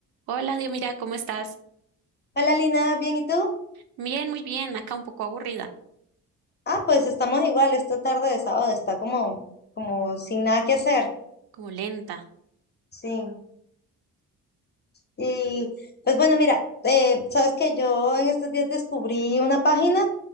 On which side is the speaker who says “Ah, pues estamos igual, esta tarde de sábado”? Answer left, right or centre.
Left